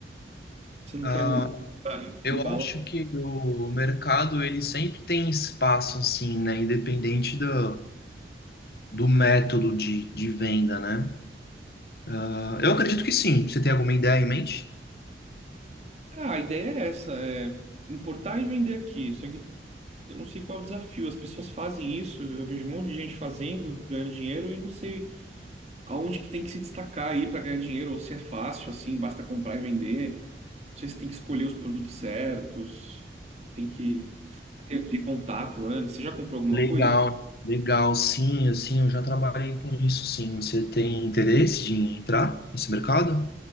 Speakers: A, on the right; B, on the left.
A: Você não
B: Ah,
A: quer ah,
B: eu
A: embalar?
B: acho que o mercado ele sempre tem espaço assim, né? Independente do, do método de, de venda, né? Ah, eu acredito que sim. Você tem alguma ideia em mente?
A: Ah, a ideia é essa, é importar e vender aqui. Só que eu não sei qual é o desafio. As pessoas fazem isso, eu vejo um monte de gente fazendo, ganhando dinheiro e não sei aonde que tem que se destacar aí para ganhar dinheiro, ou se é fácil, assim, basta comprar e vender. Não sei se tem que escolher os produtos certos, você tem que ter, ter contato antes. Você já comprou alguma
B: Legal,
A: coisa?
B: legal, sim, assim, eu já trabalhei com isso, sim. Você tem interesse de entrar nesse mercado?